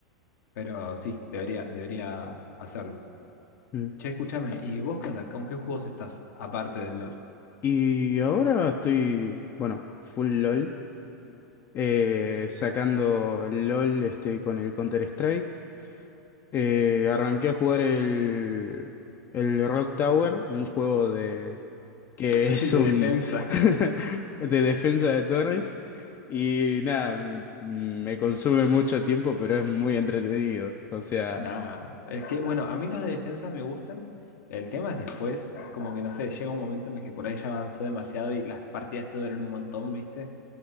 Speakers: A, on the left; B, on the left.
A: Pero sí, debería, debería hacerlo.
B: Mm.
A: Che, escúchame, ¿y vos qué onda? ¿Con qué juegos estás? Aparte del LOL.
B: Y ahora estoy, bueno, full LOL. eh, sacando el LOL este, con el Counter-Strike. eh, arranqué a jugar el, el Rock Tower, un juego de que
A: <laughs>
B: es
A: De
B: un
A: defensa.
B: <laughs> de defensa de torres. Y nada, m- me consume mucho tiempo, pero es muy entretenido. O sea,
A: Nada. Es que, bueno, a mí los de defensa me gustan. El tema es después, como que no sé, llega un momento en el que por ahí ya avanzó demasiado y las partidas te duran un montón, ¿viste?